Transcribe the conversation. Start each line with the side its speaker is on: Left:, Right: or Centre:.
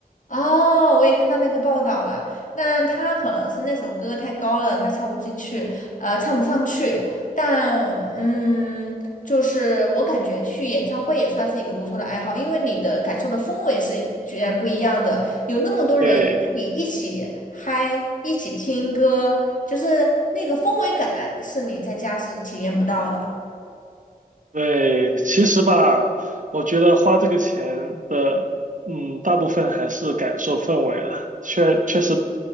Left: 哦，我也看到那个报道了。那他可能是那首歌太高了，他唱不进去，呃，唱不上去。但嗯，就是我感觉去演唱会也算是一个不错的爱好，因为你的感受的氛围是居然不一样的。有那么多人跟你一起嗨，
Right: <laughs> 对，
Left: 一起听歌，就是那个氛围感是你在家是体验不到的。
Right: 对，其实吧，我觉得花这个钱的，嗯，大部分还是感受氛围了。确确实，